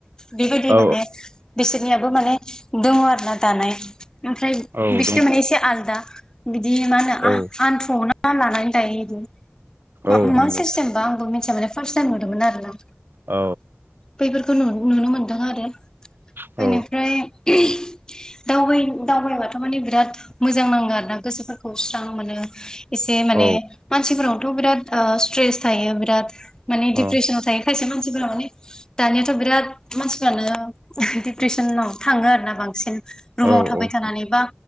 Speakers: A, on the left (about 20°); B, on the right (about 60°).
A: बेबायदि
B: औ
A: माने बिसोरनियाबो माने दङ आरो ना दानाय ओमफ्राय
B: औ
A: बिसोरो
B: दङ
A: माने एसे आलदा बिदि मा होनो
B: औ
A: आ-आनथुआवनो लानानै दायो इदि। मा
B: औ
A: मा
B: नंगौ
A: सिस्टेम बा आंबो मिथिया माने फारताइम नुदोंमोन आरो ना
B: औ
A: बैफोरखौ नु-नुनो मोनदों आरो
B: औ
A: बेनिफ्राय <unintelligible> दावबाय दावबायबाथ' माने बिराद मोजां नाङो आरो ना गोसोफोरखौ स्रां मोनो। एसे माने
B: औ
A: मानसिफोरनावथ' बिराद ओ स्ट्रेस थायो बिराद माने
B: औ
A: डिप्रेसनाव थायो खायसे मानसिफोरा माने दानियाथ' बिराद मानसिफ्रानो दिप्रेसनाव थाङो आरो ना बांसिन। रुमाव
B: औ
A: थाबाय थानानै बा